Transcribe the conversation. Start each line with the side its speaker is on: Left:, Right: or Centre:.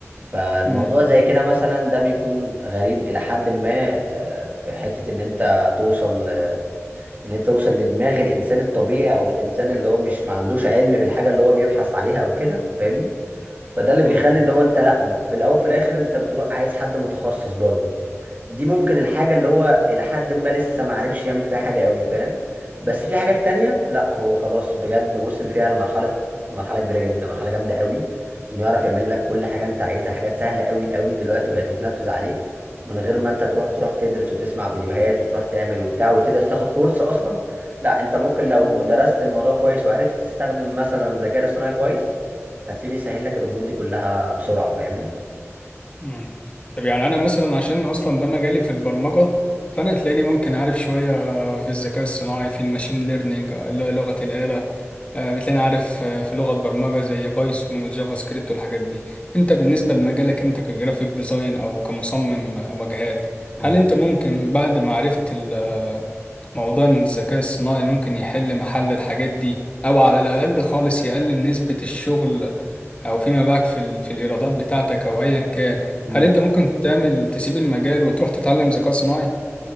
Right: فالموضوع
Left: مم.
Right: زي كده مثلا ده بيكون غريب الى حد ما آه في حتة ان انت توصل آه، ان انت توصل لدماغ الانسان الطبيعي او الانسان اللي هو مش ما عندوش علم بالحاجة اللي هو بيبحث عليها او كده فاهمني فده اللي
Left: مم.
Right: بيخلي اللي هو انت لا في الاول وفي الاخر انت بتروح عايز حد متخصص برضه دي ممكن الحاجة اللي هو إلى حد ما لسه ما عرفش يعمل فيها حاجة قوي فاهم بس في حاجات تانية لا هو خلاص بجد وصل فيها لمرحلة مرحلة كبيرة جدا مرحلة جامدة قوي إنه يعرف يعمل لك كل حاجة أنت عايزها حاجات سهلة قوي قوي دلوقتي بقت تتنفذ عليه من غير ما أنت تروح تروح تدرس وتسمع فيديوهات وتروح تعمل وبتاع وتدرس تاخد كورس أصلا لا أنت ممكن لو درست الموضوع كويس وعرفت تستخدم مثلا الذكاء الاصطناعي كويس هتلاقيه بيسهل لك الأمور دي كلها بسرعة فاهمني؟
Left: مم. طب يعني انا مثلا عشان اصلا ده مجالي في البرمجه فانا تلاقيني ممكن عارف شويه في الذكاء الصناعي في الماشين ليرنينج اللي هي لغه الاله آه، بتلاقيني عارف آه، في لغه برمجه زي بايثون وجافا سكريبت والحاجات دي انت بالنسبه لمجالك انت كجرافيك ديزاين او كمصمم واجهات
Right: مم.
Left: هل انت ممكن بعد ما عرفت ال- آه، موضوع ان الذكاء الصناعي ممكن يحل محل الحاجات دي او على الاقل خالص يقلل نسبه الشغل آه، او فيما باعك في ال- في الايرادات بتاعتك او ايا كان
Right: مم.
Left: هل انت ممكن تعمل تسيب المجال وتروح تتعلم ذكاء صناعي؟